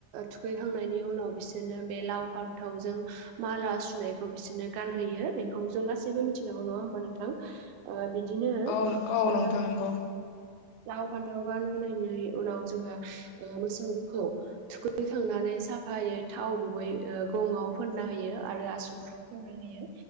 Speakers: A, on the right; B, on the left.
A: थुखैखांनायनि उनाव बिसोरनो बे लाव, फान्थाव। जों माला सुनायखौ बिसोरनो गानहोयो बेखौ जों गासैबो मिथिखागौ नङा होमबा नोंथां ओ बिदिनो ओ
B: औ औ नोंथां नंगौ
A: लाव फान्थाव गानहोनायनि उनाव जोंहा ओ मोसौखौ थुखैखांनानै साफायै थाव गुबै ओ गङाव फोनना होयो आरो आसुगुराव फोनना होयो